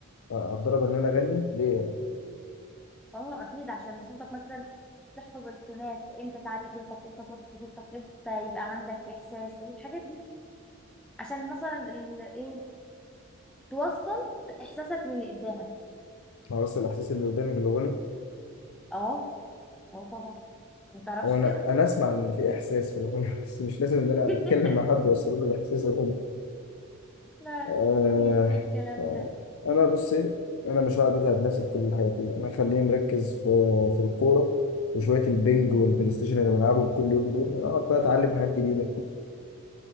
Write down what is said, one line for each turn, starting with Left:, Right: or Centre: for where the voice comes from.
Left: هتدرب ان انا اغني ليه
Centre: اه اكيد عشان صوتك مثلا تحفظ التونات امتى تعلي صوتك امتى توطي صوتك امتى يبقى عندك احساس الحاجات دي عشان مثلا ال... ايه توصل احساسك للي قدامك
Left: مع راس الاحساس اللي قدامي بالاغنى
Centre: اه اه طبعا ما تعرفش
Left: هو انا
Centre: كده
Left: انا اسمع ان في احساس في الاغنى <laughs> بس مش لازم ان انا
Centre: <laughs>
Left: اتكلم مع حد واوصل له باحساس الاغنى
Centre: لا
Left: آه
Centre: لا في في الكلام
Left: آه
Centre: ده
Left: انا بصي انا مش هقعد اتعب نفسي في كل الحاجات دي انا خليني مركز في في الكوره وشويه البنج
Centre: مم.
Left: والبلاي ستيشن اللي بلعبهم كل يوم دول انا اقعد بقى اتعلم حاجات جديده